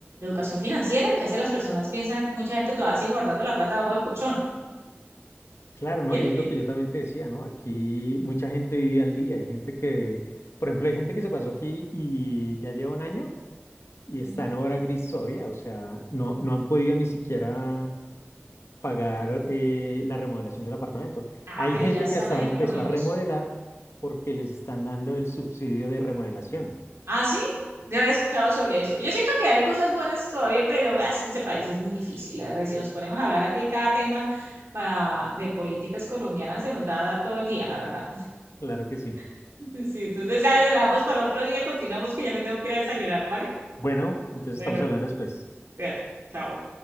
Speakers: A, on the right (about 75°); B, on the left (about 80°).
A: educación financiera, que hace las personas piensan, mucha gente todavía sigue guardando la plata bajo el colchón.
B: Claro,
A: <laughs>
B: ¿no?
A: Y-
B: Y es lo
A: y-
B: que yo también te decía, ¿no? Aquí mucha gente vive al día. Hay gente que, por ejemplo, hay gente que se pasó aquí y ya lleva un año y
A: Sí.
B: está en obra gris todavía. O sea, no, no han podido ni siquiera pagar eh, la remodelación del apartamento.
A: Ah,
B: Hay
A: pero
B: gente
A: ya están
B: que hasta
A: ahí
B: ahora
A: por
B: empezó
A: lo menos.
B: a remodelar porque les están dando el subsidio de remodelación.
A: Ah, sí, no había escuchado sobre eso. Yo siento que hay cosas buenas todavía, pero ah, es que este país es muy difícil, la verdad. Y Si nos ponemos a hablar aquí cada tema para, de políticas colombianas, se nos da todo el día, la verdad.
B: Claro que sí.
A: <laughs> Sí, entonces, ah, la dejamos para otro día, continuamos que ya me tengo que ir a desayunar, ¿vale?
B: Bueno, entonces
A: Bueno,
B: estamos hablando después.
A: fíjate, chao.